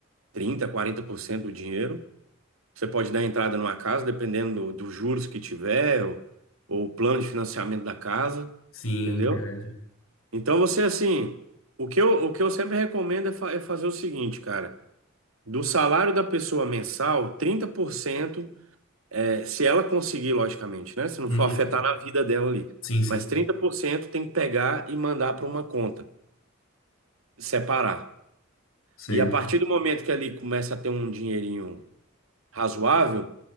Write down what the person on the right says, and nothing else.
trinta, quarenta por cento do dinheiro. Você pode dar entrada numa casa, dependendo do- dos juros que tiver, ou, ou o plano de financiamento da casa,
entendeu?
Então você assim, o que eu, o que eu sempre recomendo é, fa- é fazer o seguinte, cara, do salário da pessoa mensal, 30% é, se ela conseguir, logicamente, né? Se não
for afetar na vida dela ali.
Mas 30% tem que pegar e mandar para uma conta, separar.
E a partir do momento que ali começa a ter um dinheirinho razoável,